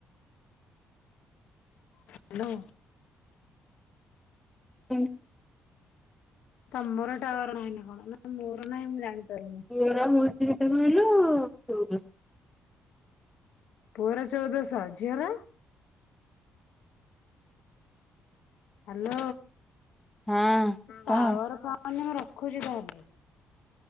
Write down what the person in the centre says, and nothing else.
<unintelligible>
ମୋର ହଉଛି କେତେ କହିଲୁ ଚୋଉଦସ
ହଁ
କହ